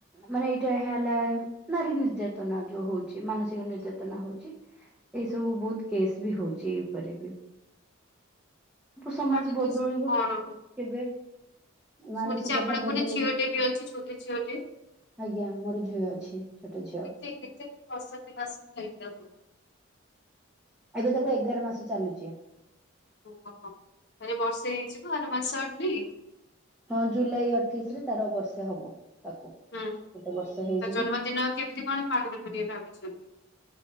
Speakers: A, in the centre; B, on the left (about 55°).
A: ମାନେ ଏଇଟା ଏଇଆହେଲା। ନାରୀ ନିର୍ଯାତନା ଯୋଉ ହୋଉଚି ମାନସିକ ନିର୍ଯାତନା ହୋଉଚି। ଏଇସବୁ ବୋହୁତ କେସ୍ ବି ହୋଉଚି ଏଇ ଉପରେ ବି। ସମାଜ
B: <unintelligible>
A: ବଦଳିବ
B: କଣ
A: କେବେ ମାନସିକତା
B: ଶୁଣି ଆପଣଙ୍କ
A: ବଦଳିବ।
B: ଗୋଟେ ଝିଅଟେ ବି ଅଛି ଛୋଟ ଝିଅଟେ?
A: ଆଜ୍ଞା ମୋର ଝିଅ ଅଛି ଛୋଟ ଝିଅ
B: କେ କେତେ ବସତି ମାସ ହେଇଥାନ୍ତୁ।
A: ଏବେ ତାକୁ ଏଗାର ମାସ ଚାଲୁଛି।
B: ଓହୋ ହୋ ତାରେ ବର୍ଷେ ହେଇଯିବ ଆର ମାସ ଆଢ଼କୁ ବି।
A: ହଁ ଜୁଲାଇ ଅଠେଇଶ ରେ ତାର ବର୍ଷେ ହବ ତାକୁ।
B: ହୁଁ
A: ଗୋଟେ ବର୍ଷ ହେଇଯିବ
B: ଜନ୍ମଦିନ ଆଉ କେମିତି କଣ ପାଳନ କରିବା ଭାବିଛନ୍ତି